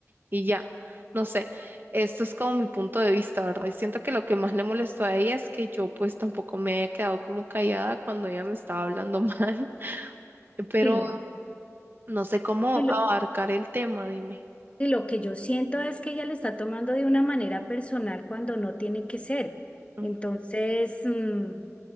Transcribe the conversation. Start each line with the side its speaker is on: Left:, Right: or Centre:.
Right: y ya. No sé, esto es como mi punto de vista, ¿verdad? Y siento que lo que más le molestó a ella es que yo pues tampoco me había quedado como callada cuando ella me estaba hablando <laughs> mal, pero
Left: sí.
Right: no sé cómo
Left: Y lo,
Right: abarcar el tema, dime.
Left: y lo que yo siento es que ella lo está tomando de una manera personal cuando no tiene que ser.
Right: Ujú,
Left: Entonces, mm,